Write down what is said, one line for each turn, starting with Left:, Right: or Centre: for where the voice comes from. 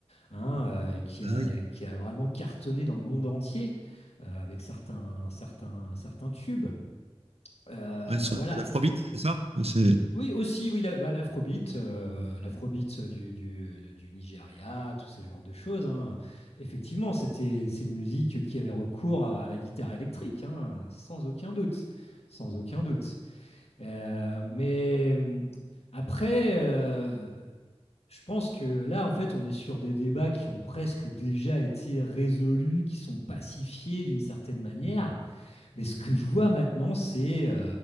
Left: hein, euh, et qui
Right: Ah,
Left: a,
Right: oui.
Left: qui a vraiment cartonné dans le monde entier euh, avec certains, certains, certains tubes. Euh,
Right: Ouais, ce
Left: voilà.
Right: qu'on Afrobeat, c'est ça C'est-
Left: Oui, aussi, oui, la- bah, l'afrobeat, euh, l'afrobeat du, du, du Nigeria, tous ces genres de choses. hein. Effectivement, c'était, c'est une musique qui avait recours à la guitare électrique, hein, sans aucun doute, sans aucun doute. Euh, mais hum, après, euh, je pense que là, en fait, on est sur des débats qui ont presque déjà été résolus, qui sont pacifiés d'une certaine manière. Mais ce que je vois maintenant, c'est, euh,